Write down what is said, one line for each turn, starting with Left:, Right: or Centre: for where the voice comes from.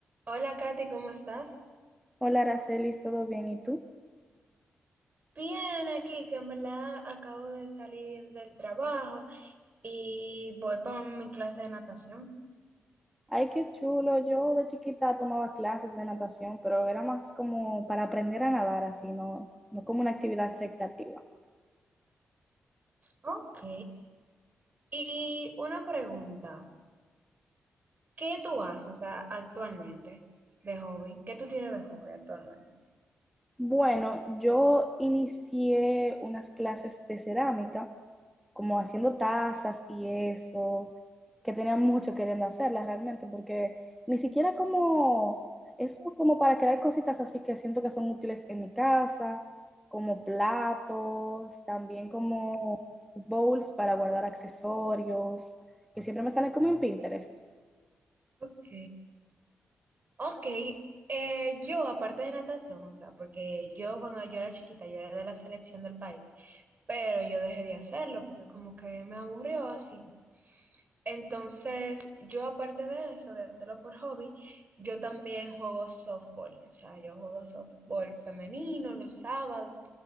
Right: Hola Katy, ¿cómo estás?
Centre: Hola, Aracelis, ¿todo bien? ¿Y tú?
Right: Bien, aquí que en verdad acabo de salir del trabajo y voy para mi clase de natación.
Centre: Ay, qué chulo. Yo de chiquita tomaba clases de natación, pero era más como para aprender a nadar, así, no, no como una actividad recreativa.
Right: Ok. Y una pregunta, ¿qué tú haces, o sea, actualmente de hobby? ¿Qué tú tienes de hobby actualmente?
Centre: Bueno, yo inicié unas clases de cerámica como haciendo tazas y eso, que tenía mucho queriendo hacerlas realmente, porque ni siquiera como, eso es como para crear cositas así que siento que son útiles en mi casa, como platos, también como bowls para guardar accesorios, que siempre me salen como en Pinterest.
Right: Ok. Ok, eh, yo aparte de natación, o sea, porque yo cuando yo era chiquita, yo era de la selección del país, pero yo dejé de hacerlo porque como que me aburrió así. Entonces, yo aparte de eso, de hacerlo por hobby, yo también juego softball. O sea, yo juego softball femenino los sábados